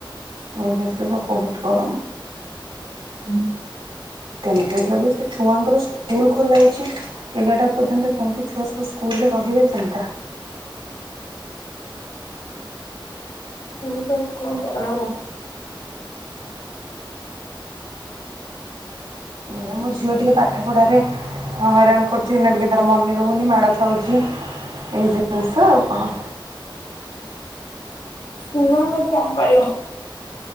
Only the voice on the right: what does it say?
ଭୁବେଶ୍ବରରେ ବା ବହୁତ ଗରମ।
ତିନି ତାରିଖ ବି ଛୁଆଙ୍କର ସ୍କୁଲ ଖୋଲାଅଛି। ଏଗାରଟା ପର୍ଯ୍ୟନ୍ତ କେମିତି ଛୁଆ ସବୁ ସ୍କୁଲରେ ରହିବେ ଚିନ୍ତା।
ଏଇଆ ମୋ ଝିଅ ଟିକେ ପାଠ ପଢାରେ ହଁ ହଇରାଣ କରୁଛି ଏଇନା ଟିକେ ତାର ମନେ ରହୁନି ମାଡ ଖାଉଛି ଏଇ ଜିନିଷ ଆଉ କଣ।